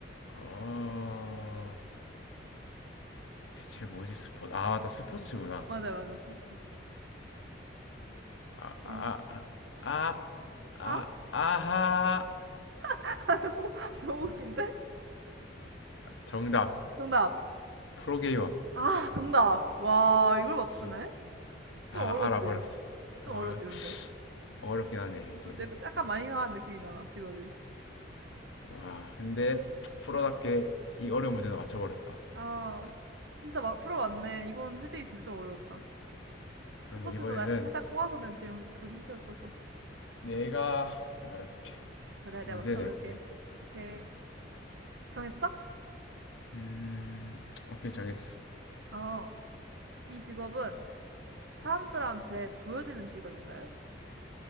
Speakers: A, on the left; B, on the right.
A: 아, 대체 뭐지? 스포, 아, 맞다. 스포츠구나.
B: 맞아요, 맞아. 스포츠.
A: 아,
B: 경,
A: 아, 아, 아, 아,
B: 아? <laughs>
A: 아하.
B: 아, 너무, 너무 웃긴데?
A: 정답.
B: 정답.
A: 프로게이머.
B: 아, 정답. 와, 이걸 맞추네?
A: 씨.
B: 좀
A: 아
B: 어려웠지?
A: 알아버렸어. 아
B: 좀 어려웠지, 근데.
A: 어렵긴 하네 이게.
B: 어쨌 약간 많이 나간 느낌이잖아, 직업이.
A: 와 근데 프로답게 이 어려운 문제도 맞춰버렸다.
B: 아, 진짜 막 프로 왔네. 이건 솔직히 진짜 좀 어려웠다. 스포츠도
A: 그러면 이번에는
B: 나- 살짝 꼬아서 낸 질문, 그 힌트였어서.
A: 내가 말해볼게.
B: 그래, 내가
A: 문제
B: 맞춰볼게.
A: 내볼게.
B: 오케이. 정했어?
A: 음 오케이 정했어.
B: 어. 이 직업은 사람들한테 보여지는 직업인가요?